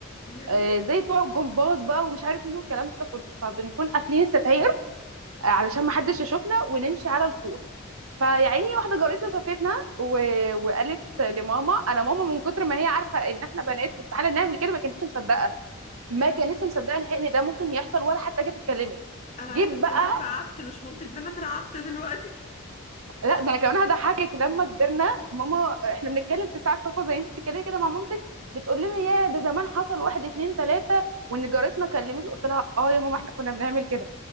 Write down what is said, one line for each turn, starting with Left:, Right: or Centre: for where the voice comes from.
Left: يا لهوي
Right: آه، زي بتوع الجمباز بقى ومش عارف مين والكلام ده كله فبنكون قافلين الستاير آه، علشان ما حدش يشوفنا ونمشي على السور فيا عيني واحده جارتنا شافتنا و... وقالت لماما انا ماما من كتر ما هي عارفه ان احنا بنات مستحيل نعمل كده ما كانتش مصدقه ما
Left: يعني
Right: كانتش مصدقه نهائي ان ده ممكن يحصل ولا حتى جت اتكلمت
Left: انا
Right: جيب
Left: عايزه اقول
Right: بقى
Left: لك ان انا اترعبت مش مامتك ده انا اترعبت دلوقتي
Right: لا ده انا كمان هضحكك لما كبرنا ماما احنا بنتكلم في ساعه صفا زي انت بتتكلمي كده مع مامتك بتقول لنا يا ده زمان حصل واحد اتنين تلاته وان جارتنا كلمت قلت لها اه يا ماما احنا كنا بنعمل كده